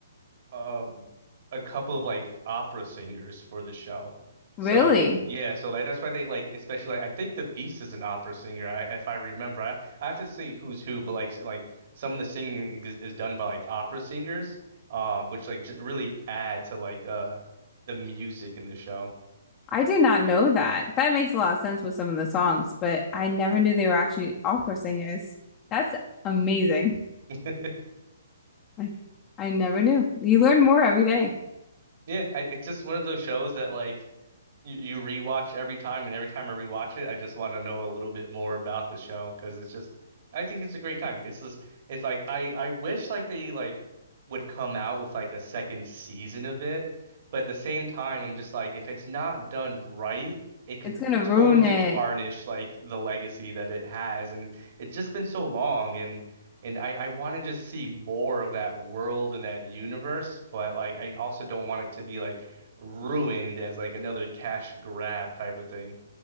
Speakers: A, on the right (about 55°); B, on the left (about 25°).
A: um a couple of like opera singers for the show.
B: Really?
A: So yeah, so like that's why they like especially like I think the Beast is an opera singer. I if I remember, I, I have to see who's who, but like s- like some of the singing is, is done by like opera singers, uh, which like j really add to like uh the music in the show.
B: I did not know that. That makes a lot of sense with some of the songs, but I never knew they were actually opera singers. That's amazing.
A: <laughs>
B: Like, I never knew. You learn more every day.
A: Yeah, I, it's just one of those shows that like You, you rewatch every time, and every time I rewatch it, I just want to know a little bit more about the show because it's just, I think it's a great time. It's just, it's like I, I wish like they like would come out with like a second season of it, but at the same time, I'm just like, if it's not done right, it can
B: It's gonna ruin
A: totally
B: it.
A: tarnish like the legacy that it has, and it's just been so long, and and I, I want to just see more of that world and that universe, but like I also don't want it to be like ruined as like another cash grab type of thing.